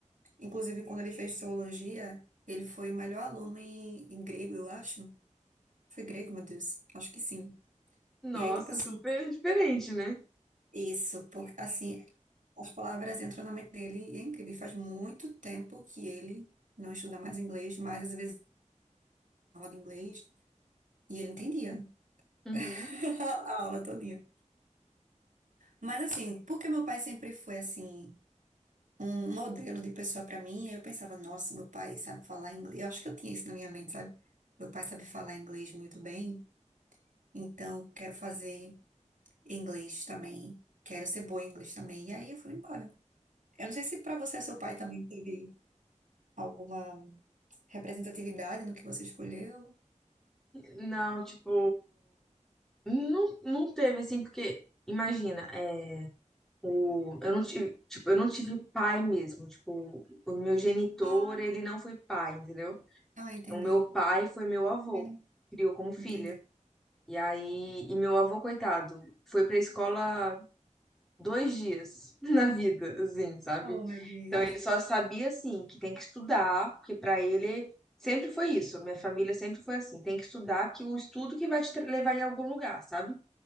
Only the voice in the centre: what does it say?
Nossa,
super diferente, né?
Uhum.
Não, tipo, não, não teve assim, porque imagina, é, o, eu não tive, tipo, eu não tive pai mesmo, tipo, o meu genitor,
ele não foi pai, entendeu?
O meu pai foi meu avô,
criou como filha.
E aí, e meu avô, coitado, foi pra escola dois dias <laughs> na vida, assim, sabe?
Então ele só sabia assim que tem que estudar, porque pra ele sempre foi isso. Minha família sempre foi assim, tem que estudar que o estudo que vai te tra- levar em algum lugar, sabe?